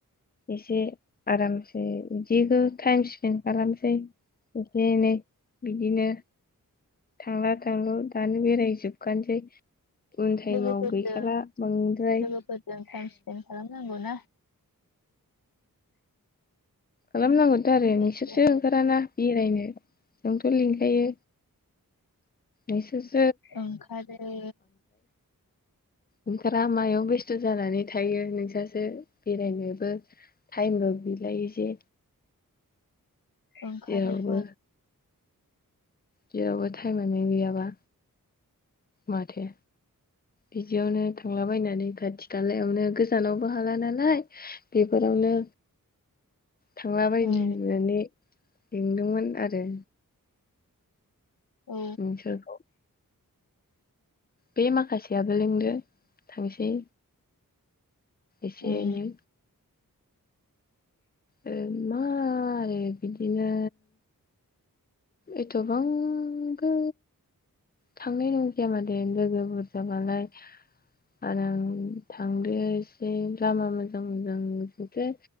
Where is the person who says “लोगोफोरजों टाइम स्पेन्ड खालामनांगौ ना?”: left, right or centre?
Left